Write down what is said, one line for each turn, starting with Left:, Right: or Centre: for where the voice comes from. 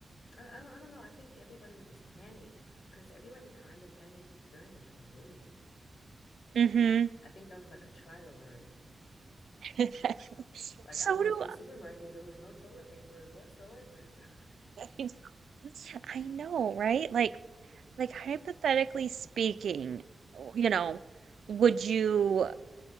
Left: I, I don't I don't know. I think everybody would just panic because everybody kind of panicked during the pandemic.
Right: Mm-hmm.
Left: I think that was like a trial run.
Right: <laughs>
Left: Like
Right: So
Left: I went
Right: do
Left: to the supermarket, there was no toilet paper whatsoever. <laughs>
Right: I. <laughs> I know, right? Like, Like, hypothetically speaking, you know, would you